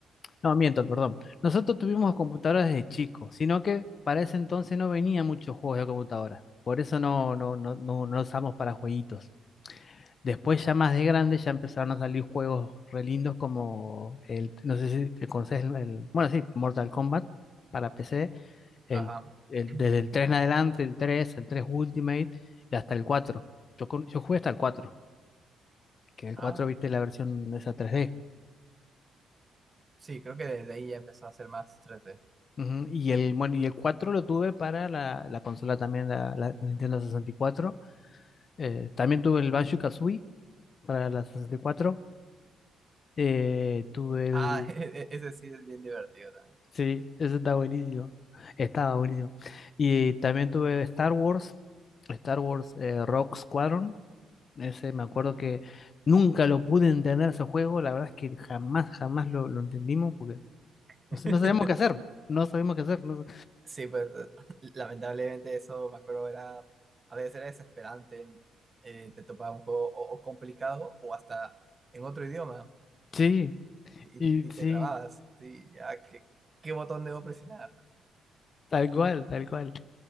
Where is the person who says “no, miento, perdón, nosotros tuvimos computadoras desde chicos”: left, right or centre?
Left